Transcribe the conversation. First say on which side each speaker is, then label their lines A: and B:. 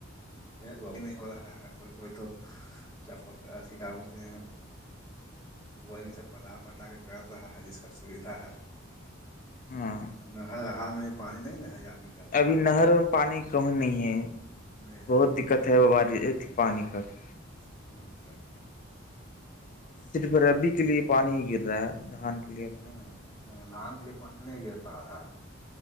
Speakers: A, on the left (about 15°); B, on the left (about 40°).
A: وہ بھی نہیں ہو رہا ہے کوئی کوئی تو چپک اھی کا بولتے ہیں بورنگ سے پٹ پٹلا کے کر رہا ہے جس کا سویدھا ہے
B: ہاں
A: نہر ہال میں بھی پانی نہیں ن ہے آدمی کرے
B: ابھی
A: گا
B: نہر میں پانی کہیں نہیں ہے
A: نہیں ہے
B: بہت دقت ہے وہ بارشھی پانی کا بھی
A: ہوں ہوں ہ <unintelligible> <unintelligible>
B: صرفا ہے بیچ کے لیے پانی ہی گر رہا ہے دھان کے لیے اپنا
A: ہوں ہ دھان کے لیے پانی نہیں گر پا رہا ہے <unintelligible> <unintelligible>